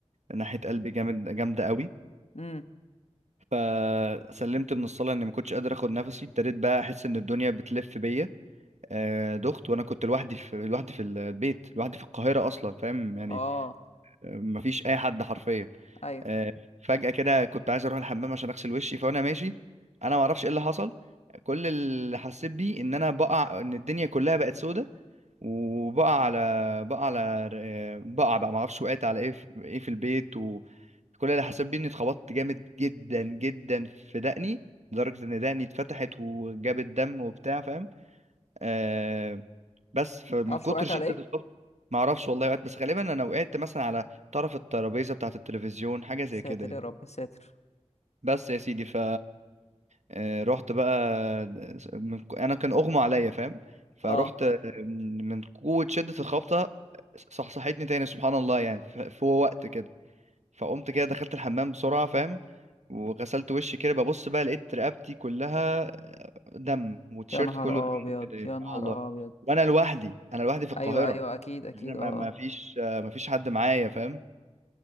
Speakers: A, on the right; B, on the left.
A: ناحيه قلبي جامد جامده قوي
B: امم
A: فسلمت من الصلاه اني ما كنتش قادر اخد نفسي ابتديت بقى احس ان الدنيا بتلف بيا آه دخت وانا كنت لوحدي في لوحدي في البيت لوحدي في القاهره اصلا فاهم يعني
B: اه
A: آه، مفيش اي حد حرفيا
B: ايوه
A: آه، فجأة كده كنت عايز اروح الحمام عشان اغسل وشي فانا ماشي انا ما اعرفش ايه اللي حصل كل اللي حسيت بيه ان انا بقع ان الدنيا كلها بقت سودة وبقع على بقع على آه، بقع بقى ما اعرفش وقعت على ايه في... ايه في البيت وكل اللي حسيت بيه اني اتخبطت جامد جدا جدا في دقني لدرجة ان دقني اتفتحت وجابت دم وبتاع فاهم آه بس فمن
B: تعرفش
A: كتر
B: وقعت
A: شدة
B: على ايه
A: الخبط ما اعرفش والله وقعت بس غالبا انا وقعت مثلا على طرف الترابيزة بتاعة التلفزيون حاجة زي
B: ساتر
A: كده يعني
B: يا رب ساتر
A: بس يا سيدي ف آه، رحت بقى من... انا كان اغمى عليا فاهم فرحت
B: اه
A: آه، من قوة شدة الخبطة صحصحتني تاني سبحان الله يعني ف- في وقت كده فقمت كده دخلت الحمام بسرعة فاهم وغسلت وشي كده ببص بقى لقيت رقبتي كلها آه، دم والتيشيرت
B: يا نهار
A: كله دم
B: ابيض
A: كده يعني
B: يا نهار
A: اه والله
B: ابيض
A: وانا لوحدي انا لوحدي في القاهرة
B: ايوه ايوه اكيد اكيد
A: يعني انا ما
B: اه آه.
A: ما فيش آه، ما فيش حد معايا فاهم